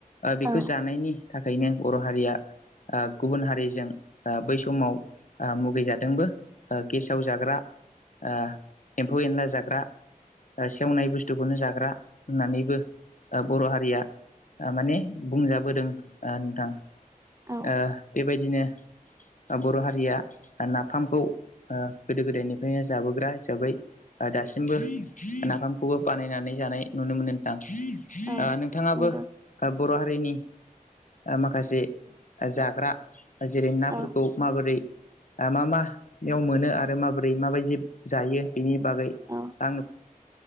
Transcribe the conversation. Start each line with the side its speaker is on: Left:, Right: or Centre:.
Left: बेखौ
Right: औ
Left: जानायनि थाखायनो बर' हारिया ओ गुबुन हारिजों ओ बै समाव आ मुगैजादोंबो ओ गेसाव जाग्रा ओ एम्फौ एनला जाग्रा ओ सेवनाय बुस्थुखौनो जाग्रा होननानैबो बर' हारिया माने बुंजाबोदों ओ नोंथां
Right: औ
Left: ओ बेबाय दिनो बर' हारिया नाफामखौ ओ गोदो गोदायनिफ्रायनो जाबोग्रा हिसाबै दासिमबो नाफामखौबो बानायनानै जानाय नुनो मोनो नोंथां ओ
Right: औ
Left: नोंथाङाबो
Right: नंगौ
Left: बर' हारिनि माखासे जाग्रा जेरै नाफोरखौ
Right: औ
Left: माबोरै मा मा बेयाव मोनो आरो माबोरै माबायदि जायो बेनि बागै
Right: औ
Left: आं